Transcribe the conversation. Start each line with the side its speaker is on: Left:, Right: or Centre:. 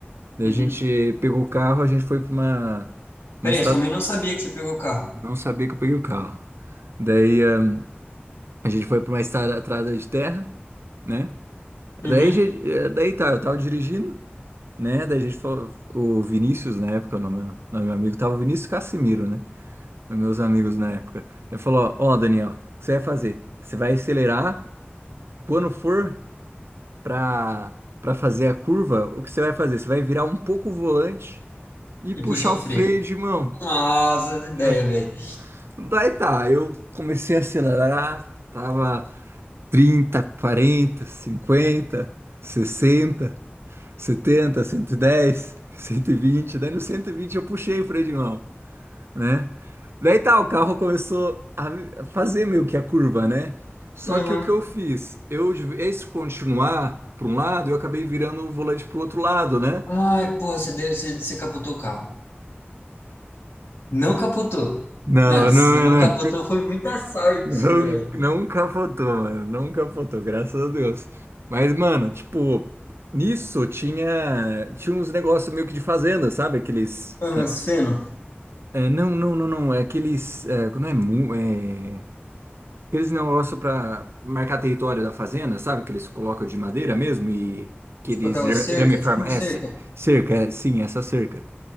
Right: Daí
Left: Uhum.
Right: a gente pegou o carro, a gente foi pra uma,
Left: Peraí,
Right: uma estrada.
Left: eu também não sabia que você pegou o carro.
Right: Não sabia que eu peguei o carro. Daí eh, a gente foi pra uma estrada estrada de terra né?
Left: Uhum.
Right: Daí, a gente- eh, daí tá, eu tava dirigindo, né? Daí a gente falou, o Vinícius, na época, o nome, o nome do meu amigo, tava o Vinícius Cassimiro, né? Os meus amigos na época. Ele falou: Ó, ó, Daniel, o que você vai fazer? Você vai acelerar quando for pra, pra fazer a curva, o que você vai fazer? Você vai virar um pouco o volante e
Left: E
Right: puxar
Left: puxar o
Right: o
Left: freio.
Right: freio de mão,
Left: Nossa, as ideias,
Right: né?
Left: velho.
Right: Daí tá, eu comecei a acelerar, tava trinta quarenta cinquenta sessenta setenta, cento e dez, cento e vinte. Daí no 120 eu puxei o freio de mão, né? Daí tá, o carro começou a vi- a fazer meio que a curva, né? Só
Left: aham.
Right: que o que eu fiz? Eu, de vez continuar para um lado, eu acabei virando o volante pro outro lado, né?
Left: Ai, porra, você, deu- você, você capotou o carro. Não capotou.
Right: Não,
Left: Mano, se
Right: não,
Left: você não
Right: não,
Left: capotou, foi muita sorte,
Right: não,
Left: velho.
Right: não capotou, mano. Não capotou, graças a Deus. Mas, mano, tipo, nisso tinha, tinha uns negócios meio que de fazenda, sabe? Aqueles
Left: Ah, mas feno.
Right: É, não, não, não, não. É aqueles. É, não é, mu- é. Aqueles negócio para marcar território da fazenda, sabe? Que eles colocam de madeira mesmo e aqueles
Left: Tipo aquela
Right: ir-
Left: cerca,
Right: irame farm.
Left: tipo uma
Right: É,
Left: cerca.
Right: ce- cerca, é, sim, essa cerca.